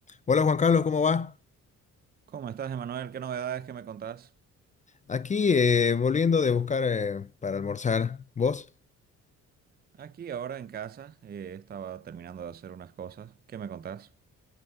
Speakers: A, on the left; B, on the right.
A: Hola Juan Carlos, ¿cómo va?
B: ¿Cómo estás, Emanuel? ¿Qué novedades que me contás?
A: Aquí eh, volviendo de buscar eh, para almorzar. ¿Vos?
B: Aquí ahora en casa, eh, estaba terminando de hacer unas cosas. ¿Qué me contás?